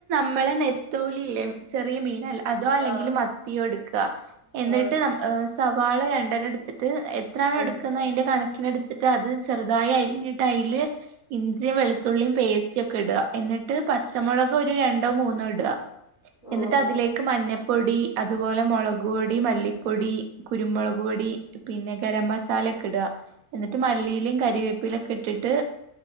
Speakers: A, on the right; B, in the centre.
A: മ്മളെ നെത്തോലിയിലെ ചെറിയ മീനല്ല അതോ അല്ലെങ്കിൽ
B: ആഹ്
A: മത്തിയോ എടു ക്കാ എന്നിട്ട്
B: ആഹ്
A: നമ്മ ആഹ് സവാ വാള രണ്ടെണ്ണം എടുത്ത് ട്ട് എത്രാണോ
B: ആഹ്
A: എടുക്കുന്നെ അയിന്റെ കണക്കിനെ ത്തിട്ട് അത് ചെറുതായി അരിഞ്ഞിട്ട് അയില് ഇഞ്ചി വെളുത്തുള്ളിയും പേസ്റ്റും ഒക്കെ ഇടുക എന്നിട്ട് പ ച്ചമോളക് ഒരു രണ്ടോ മൂന്നോ ഇട്ക
B: ഉം
A: എന്നിട്ട് അതിലേക്ക് മഞ്ഞ പ്പൊടി അതുപോലെ മോളകുപ്പൊടി മല്ലിപ്പൊടി കുരുമോളക്പ്പൊടി പിന്നെ ഗരം മസാല ഒക്കെ ഇടുക എന്നിട്ട് മല്ലിയിലും കരിവേപ്പിലൊക്കെ ഇട്ടിട്ട്